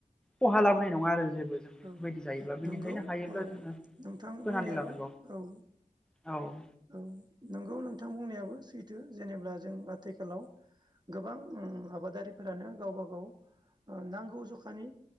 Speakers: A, in the centre; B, on the right.
A: खहा लाबोनाय नङा आरो जेबो जों बेफोरबायदि
B: औ
A: जायोब्ला बेनिखायनो
B: नंगौ
A: हायोब्ला
B: औ
A: जोङो
B: नोंथां
A: फोनानै
B: बुंनायाबो
A: लानांगौ
B: औ
A: औ
B: औ नोंगौ नोंथां बुंनायाबो सैथो जेनेा जों आथिखालाव गोबां आबादारिफोरानो गावब गाव नांगौ जखानि